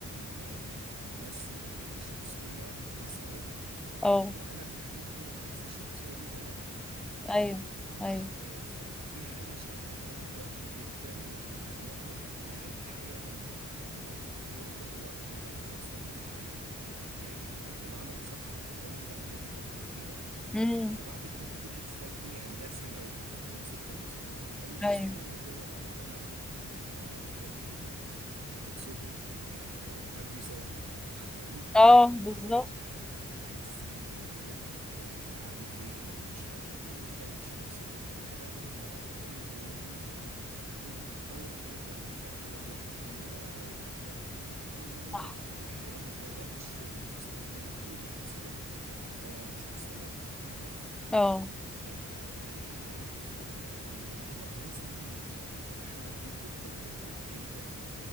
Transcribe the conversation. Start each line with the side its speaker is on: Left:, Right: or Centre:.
Right: يعني امثل عليكي شخصيه مثاليه
Centre: اه
Right: وانا في الحقيقه عكس الشخصيه دي تماما فاهماني
Centre: ايوه ايوه
Right: آه، فدي حاجه شائعه دلوقتي جدا وبيبقى نوع من انواع الحيل ال- ال- العاطفيه اللي هو انا بقى برسم لك آه، يعني إن بمعنى اصح او بالبلدي بعمل لك البحر طحينه
Centre: امم
Right: وبعد كده تيجي تتفاجئي يعني ده سيناريو احنا هنمسك كذا سيناريو اول
Centre: ايوه
Right: سيناريو هو ده ان انا اعمل لك البحر طحينه وبعد كده تيجي في ال... تتصدمي بقى يعني اللي هو تاخدي صدمه بقى <laughs> فاهماني
Centre: اه بالظبط
Right: اللي هو تحسي ان ايه ده وانا كان عقلي فين وانا مش عارفه ايه وتلاقي الشخص اللي كان حنين بقى وطيب وودود و... ومحترم جدا وبتاع قلب واحد تاني بقى وفاهمه و-
Centre: صح.
Right: والحياة معاه بقت شبه مستحيلة ودي حصلت يعني معايا أنا شخصيا فاهمة
Centre: اه
Right: إيه- إيه، إيه، فالموضوع لازم يعني تتحري فيه الدقة جدا جدا